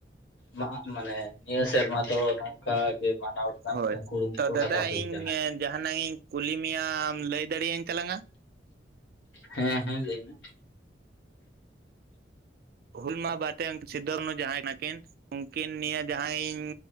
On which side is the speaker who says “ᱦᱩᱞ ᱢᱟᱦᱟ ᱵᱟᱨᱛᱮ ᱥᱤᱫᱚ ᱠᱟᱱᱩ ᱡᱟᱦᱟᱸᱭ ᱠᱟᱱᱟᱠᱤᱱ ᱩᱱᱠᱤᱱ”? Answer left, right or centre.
Right